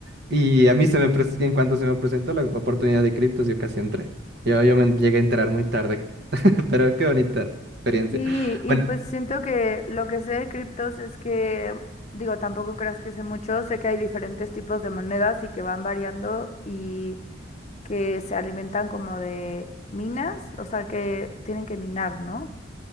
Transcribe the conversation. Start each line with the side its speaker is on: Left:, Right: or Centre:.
Right: Y a mí se me pres- en cuanto se me presentó la oportunidad de criptos, yo casi entré. Yo, yo me llegué a enterar muy tarde, <laughs> pero qué bonita experiencia.
Left: Y, y
Right: Bueno,
Left: pues siento que lo que sé de criptos es que, digo, tampoco creas que sé mucho, sé que hay diferentes tipos de monedas y que van variando y que se alimentan como de minas, o sea que tienen que minar, ¿no?